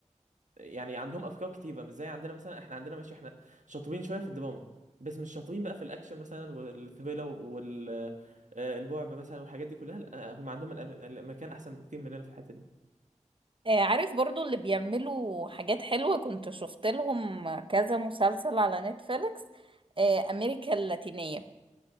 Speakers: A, on the right; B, on the right.
A: يعني عندهم افكار كتيره مش زي عندنا مثلا احنا عندنا ماشي احنا شاطرين شويه في الدراما بس مش شاطرين بقى في الاكشن مثلا والثريلر والرعب مثلا والحاجات دي كلها لا هم عندهم الأم- الامريكان احسن بكتير مننا في الحته دي
B: اه، عارف برضو اللي بيعملوا حاجات حلوة كنت شفت لهم كذا مسلسل على نتفليكس اه، امريكا اللاتينية